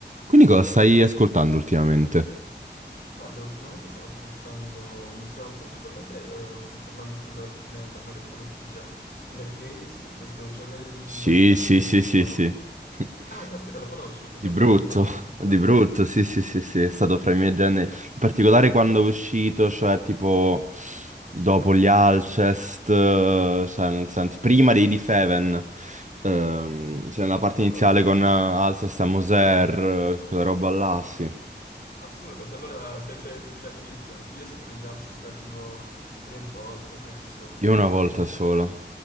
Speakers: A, on the right (about 40°); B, on the left (about 55°).
A: Quindi cosa stai ascoltando ultimamente?
B: Guarda, ultimamente stavo ascoltando, mi stavo principalmente eh, fermando sul metal, magari conosci il black gaze, è questo genere di
A: Sì,
B: metal
A: sì,
B: che è unito...
A: sì, sì, sì. <laughs>
B: Ah, caspita, lo conosci, perché
A: Di
B: è un
A: brutto,
B: genere un po' di nicchia, sai?
A: di brutto, sì, sì, sì, sì, è stato fra i miei generi, in particolare quando è uscito, cioè tipo dopo gli Alcest, eh, cioè, nel senso, prima dei Deafheaven, ehm, cioè nella parte
B: Assurdo,
A: iniziale
B: quindi
A: con eh, Alcest a Moser, eh, quella roba là, sì.
B: assurdo, se allora sei, sei lì dall'inizio anche. Io ho sentito gli Alcest dal vivo tre volte, penso.
A: Io una volta
B: E...
A: sola,